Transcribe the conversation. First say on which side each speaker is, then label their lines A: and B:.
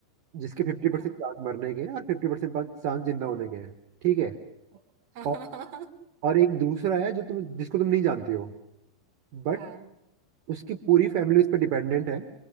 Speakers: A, on the right; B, on the right.
A: जिसके फिफ्टी परसेंट
B: हाँ
A: चांस मरने के हैं और फिफ्टी परसेंट चांस जिंदा होने के हैं ठीक है
B: <laughs> हाहाहा
A: और और एक दूसरा है जो तुम जिसको तुम नहीं जानती हो बट
B: हाँ
A: उसकी पूरी फैमिली उस पर डिपेंडेंट है